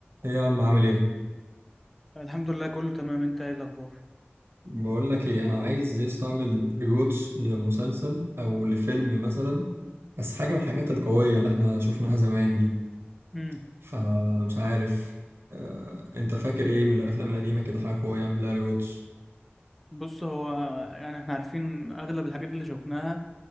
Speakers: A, on the right; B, in the centre.
A: ايه يا عم عامل ايه
B: الحمد لله كله تمام انت ايه الاخبار
A: بقول لك ايه انا عايز يستعمل ريوتش لمسلسل او لفيلم مثلا بس حاجه من الحاجات القويه اللي احنا شفناها زمان دي
B: امم
A: فمش عارف آه، انت فاكر ايه من الافلام القديمه كده حاجه قويه اعمل لها ريوتش
B: بص هو يعني احنا عارفين اغلب الحاجات اللي شفناها